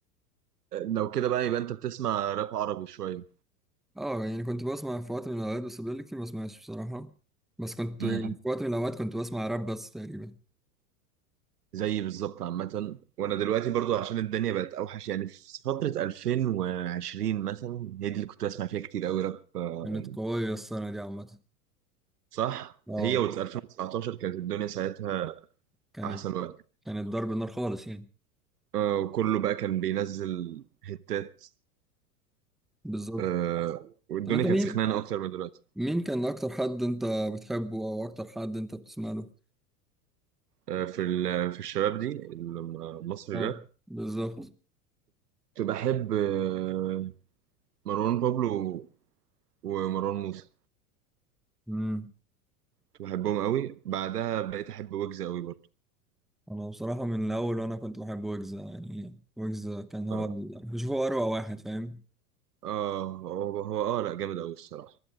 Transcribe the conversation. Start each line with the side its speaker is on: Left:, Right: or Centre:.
Right: لو كده بقى يبقى انت بتسمع راب عربي شوية
Centre: اه يعني كنت بسمع في وقت من الأوقات بس بقالي كتير ما بسمعش بصراحة بس كنت
Right: مم.
Centre: يعني في وقت من الأوقات كنت بسمع راب بس تقريبا
Right: زيي بالظبط عامة وانا دلوقتي برضو عشان الدنيا بقت اوحش يعني في فترة 2020 مثلا هي دي اللي كنت بسمع فيها كتير قوي راب آه،
Centre: كانت قوية السنة دي عامة
Right: صح
Centre: اه
Right: هي و 2019 كانت الدنيا ساعتها
Centre: كانت
Right: احسن وقت
Centre: كانت ضرب النار خالص يعني
Right: آه، وكله بقى كان بينزل هتات
Centre: بالظبط
Right: آه، والدنيا
Centre: طب انت
Right: كانت
Centre: مين
Right: سخنانة اكتر من دلوقتي
Centre: مين كان أكتر حد انت بتحبه أو أكتر حد انت بتسمع له؟
Right: آه، في ال- في الشباب دي المصري
Centre: اه
Right: الراب
Centre: بالظبط
Right: كنت بحب آه، مروان بابلو ومروان موسى
Centre: امم
Right: كنت بحبهم قوي بعدها بقيت احب ويجز قوي برضو
Centre: أنا بصراحة من الأول وأنا كنت بحب ويجز يعني ويجز كان هو
Right: آه.
Centre: ال... بشوفه أروع واحد فاهم
Right: اه هو هو اه لا جامد قوي الصراحه